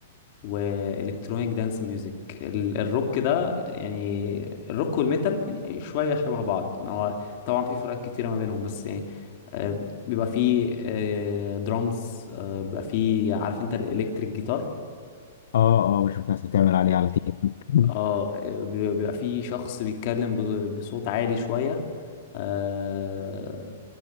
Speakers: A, on the left; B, on the left.
A: والكترونيك دانس ميوزك ال- الروك ده يعني الروك والميتال يعني شويه شبه بعض ما هو طبعا في فروقات كتيره ما بينهم بس يعني آه، بيبقى فيه درامز بيبقى فيه عارف انت الالكتريك جيتار
B: اه اه بشوف ناس بتعمل عليه على تيك توك <laughs>
A: اه بي- بيبقى في شخص بيتكلم ب- بصوت عالي شوية آه